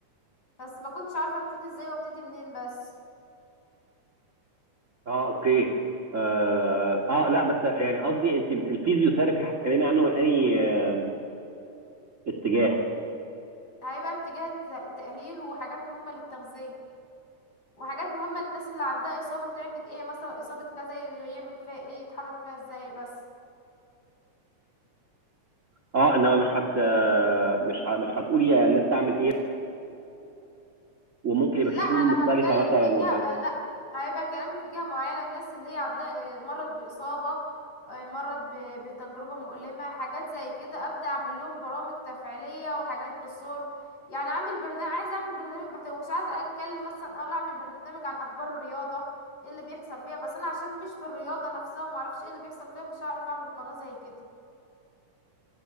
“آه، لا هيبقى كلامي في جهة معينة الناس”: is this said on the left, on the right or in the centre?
Left